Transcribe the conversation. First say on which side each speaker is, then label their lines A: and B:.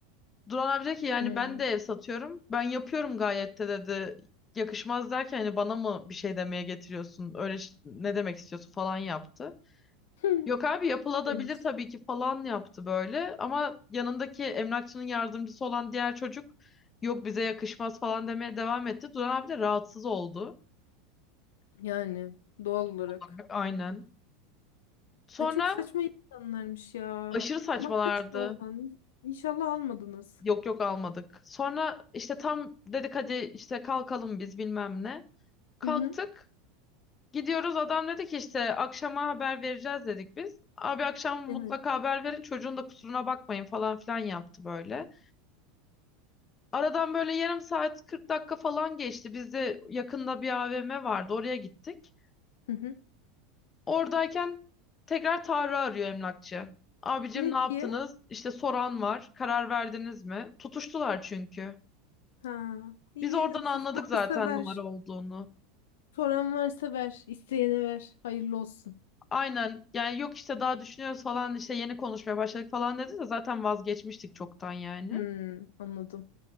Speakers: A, on the left (about 25°); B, on the left (about 70°).
A: Duran abi dedi ki yani
B: Hmm.
A: ben de ev satıyorum ben yapıyorum gayet de dedi. Yakışmaz derken hani bana mı bir şey demeye getiriyorsun öyle ş- ne demek istiyorsun falan yaptı.
B: <laughs>
A: Yok abi yapılabilir
B: demiş.
A: tabii ki falan yaptı böyle ama yanındaki emlakçının yardımcısı olan diğer çocuk yok bize yakışmaz falan demeye devam etti. Duran abi de rahatsız oldu.
B: Yani doğal olarak.
A: Olarak, Aynen. Sonra
B: Ay çok saçma insanlarmış ya.
A: aşırı saçmalardı.
B: Ama kaçın oradan. İnşallah almadınız.
A: Yok yok almadık. Sonra işte tam dedik hadi işte kalkalım biz bilmem ne. Kalktık.
B: Hı hı.
A: Gidiyoruz adam dedi ki işte akşama haber vereceğiz dedik biz. Abi akşam mutlaka
B: Evet.
A: haber verin çocuğun da kusuruna bakmayın falan filan yaptı böyle. Aradan böyle yarım saat 40 dakika falan geçti. Biz de yakında bir AVM vardı oraya gittik.
B: Hı hı.
A: Oradayken tekrar Tarık'ı arıyor emlakçı. Abicim
B: Ne
A: ne yaptınız?
B: diye?
A: İşte soran var. Karar verdiniz mi? Tutuştular çünkü.
B: Ha. İyi
A: Biz oradan anladık
B: varsa
A: zaten
B: ver.
A: numara olduğunu.
B: Soran varsa ver. isteyene ver. Hayırlı olsun.
A: Aynen yani yok işte daha düşünüyoruz falan işte yeni konuşmaya başladık falan dedi de zaten vazgeçmiştik çoktan yani.
B: Hmm, anladım.